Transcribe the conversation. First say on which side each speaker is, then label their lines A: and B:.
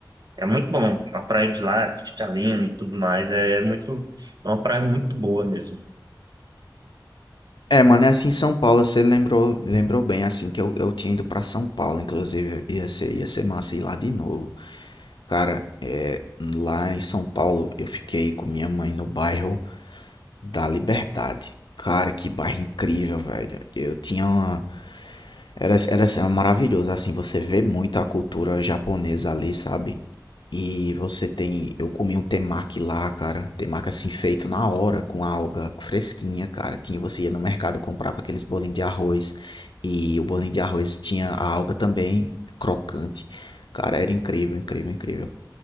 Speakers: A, on the right; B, on the left.
A: é muito bom. A praia de lá, cristalina e tudo mais, é muito, é uma praia muito boa mesmo.
B: É, mano, é assim em São Paulo, você lembrou, lembrou bem, assim, que eu, eu tinha ido pra São Paulo, inclusive, ia ser, ia ser massa ir lá de novo. Cara, é, lá em São Paulo, eu fiquei com minha mãe no bairro da Liberdade. Cara, que bairro incrível, velho. Eu tinha uma... Era, era, assim, maravilhoso, assim, você vê muito a cultura japonesa ali, sabe? E você tem. Eu comi um temaki lá, cara. Temaki assim feito na hora, com alga fresquinha, cara. Tinha, você ia no mercado, comprava aqueles bolinhos de arroz. E o bolinho de arroz tinha a alga também, crocante. Cara, era incrível, incrível, incrível.